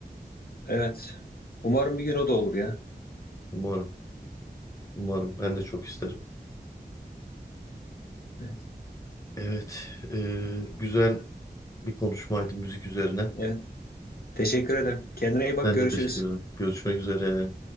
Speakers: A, on the left; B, on the left.
A: Evet. Umarım bir gün o da olur ya.
B: Umarım, umarım. Ben de çok isterim.
A: Evet.
B: Evet, e, güzel bir konuşmaydı müzik üzerine.
A: Evet. Teşekkür ederim. Kendine iyi bak.
B: Ben
A: Görüşürüz.
B: de teşekkür ederim. Görüşmek üzere.